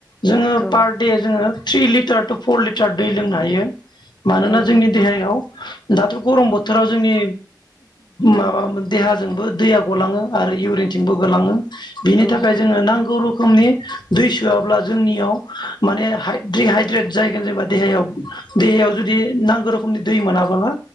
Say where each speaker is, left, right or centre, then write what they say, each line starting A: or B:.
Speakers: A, on the left (about 75°); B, on the left (about 25°).
A: जोङो
B: औ
A: पार दे जोङो three litre to four litre दै लोंनो हायो मानोना
B: औ
A: जोंनि देहायाव दाथ' गरम बोथोराव जोंनि माबाम देहाजोंबो दैया गलाङो आरो इउरिनथिंबो गोलाङो। बिनि
B: औ
A: थाखाय जोङो नांगौ रु खोनि दै सोआब्ला जोंनियाव माने हाय दिहाइद्रेट जाहैगोन जेनेबा देहायाव देहायाव जुदि नांगो रोखमनि दै मोनाबोला।